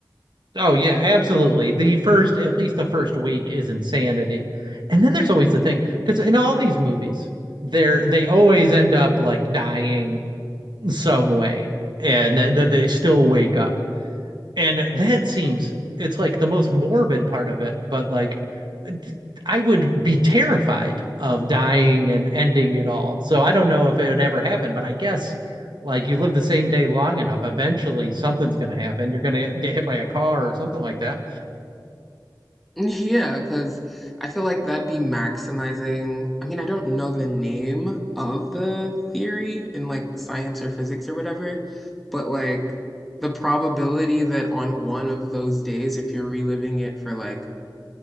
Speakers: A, on the right (about 70°); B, in the centre.
A: Oh yeah, absolutely. The first, at least the first week, is insanity, and then there's always the thing because in all these movies, they're they always end up like dying some way, and th- th- they still wake up. And that seems it's like the most morbid part of it, but like I would be terrified of dying and ending it all. So I don't know if it would ever happen, but I guess like you live the same day long enough, eventually something's going to happen. You're going to get hit by a car or something like that.
B: Yeah, because I feel like that'd be maximizing. I mean, I don't know the name of the theory in like science or physics or whatever, but like the probability that on one of those days, if you're reliving it for like